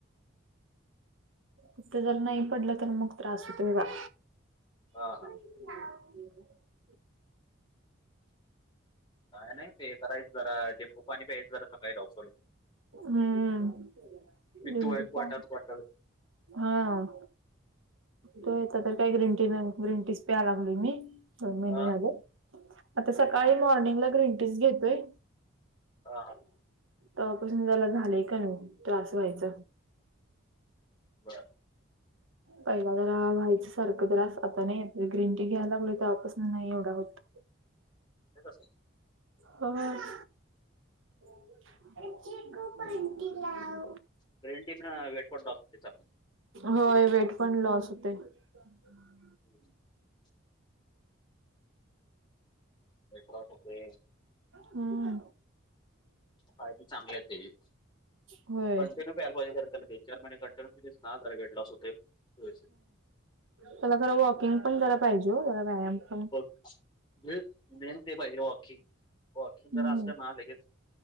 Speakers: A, on the right; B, on the left.
A: हिथं जर नाही पडलं तर मग त्रास होतो बघा.
B: हां हां
A: <inaudible>
B: काय नाही ते करायच जरा लिंबू पाणी प्यायच जरा सकाळी लवकर उ
A: हुं
B: पित्त
A: लिंबू
B: वाईट वाटायला
A: पा
B: वाटायला.
A: हां तो एका तर त्या ग्रीन टीन ग्रीन टीनच प्याययं लागलोय मी दोन महिने
B: हां,
A: झाल, आता सकाळी मॉर्निंगला ग्रीन टीनच घेतोयं
B: आहाल
A: तेव्हापासून जरा झालंय कमी त्रास व्हायच.
B: बरं
A: पहिला जरा व्हायचं सारखं त्रास आता नायी ग्रीन टी घ्यायोल तवा पासन नाही एवढा होत.
B: तेच असल
A: होच <inaudible> चिकु बंटी लाव.
B: ग्रिन टी वेट <inaudible>
A: होय वेट पण लॉस होतयं. <inaudible>
B: <inaudible> रेकॉर्ड होतंय.
A: हां
B: फायदे चांगले तेजी,
A: होय
B: कंटिन्यू प्यायला पाहिजे खरं. तीन चार महिने कंटिन्यली पिलीस नां तर व्हेटलाॅस होतंय व्यवस्थित.
A: त्याला खर वॉकिंग पण जरा पाहिजे ओ जरा व्यायाम पण
B: <inaudible> मेन ते पाहिेजे वॉकिंग. वॉकिंग
A: हम्म
B: जर असलं ना लगेच